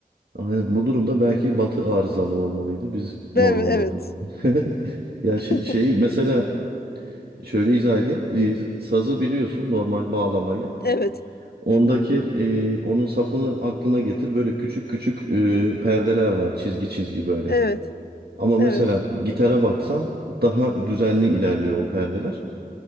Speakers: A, on the right (about 85°); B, on the left (about 80°).
A: Aynen. Bu durumda belki Batı arızalı olmalıydı. Biz normal
B: Ve Evet,
A: olmalıydık. <laughs> Ya şey,
B: evet.
A: şeyi
B: <laughs>
A: mesela şöyle izah edeyim. Ee, sazı biliyorsun normal bağlamayı.
B: Evet.
A: Ondaki
B: Hı hı.
A: e, onun sapını aklına getir. Böyle küçük küçük e, perdeler var çizgi çizgi böyle.
B: Evet.
A: Ama mesela
B: Evet.
A: gitara baksan daha düzenli ilerliyor o perdeler.